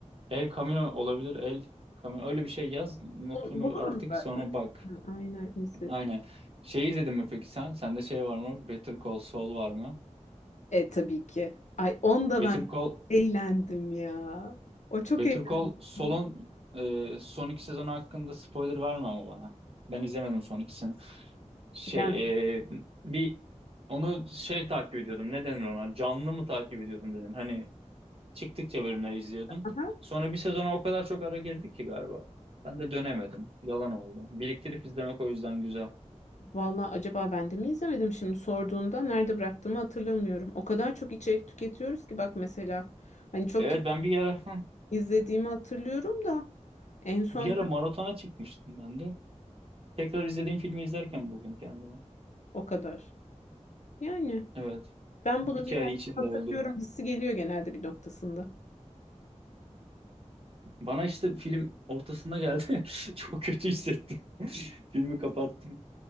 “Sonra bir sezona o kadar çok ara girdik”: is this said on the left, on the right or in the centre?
Right